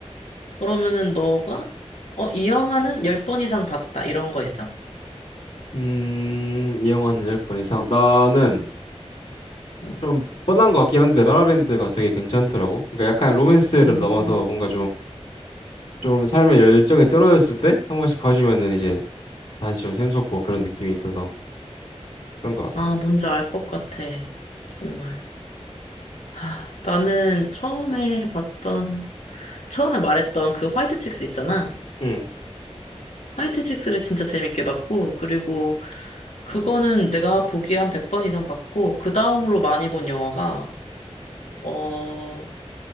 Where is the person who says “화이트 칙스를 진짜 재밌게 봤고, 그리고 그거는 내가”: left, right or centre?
Left